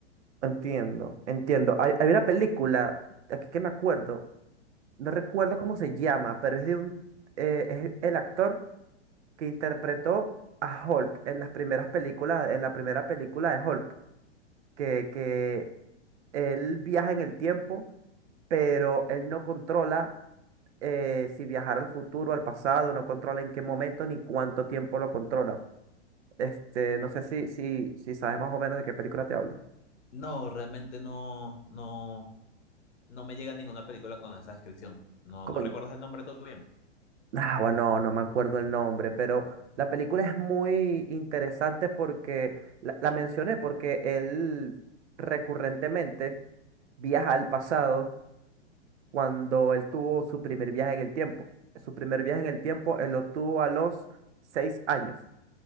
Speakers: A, on the right; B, on the left.
A: Entiendo, entiendo. Hay, hay una película, aquí que me acuerdo, no recuerdo cómo se llama, pero es de un, eh, es el actor. que interpretó a Hulk en las primeras películas, en la primera película de Hulk, que, que él viaja en el tiempo, pero él no controla eh, si viajar al futuro, al pasado, no controla en qué momento ni cuánto tiempo lo controla. Este, no sé si, si, si sabes más o menos de qué película te hablo.
B: No, realmente no, no, no me llega ninguna película con esa descripción. No,
A: Con...
B: no recuerdas el nombre todo bien.
A: Ah, bueno, no me acuerdo el nombre, pero la película es muy interesante porque la la mencioné porque él recurrentemente viaja al pasado cuando él tuvo su primer viaje en el tiempo. Su primer viaje en el tiempo, él lo tuvo a los seis años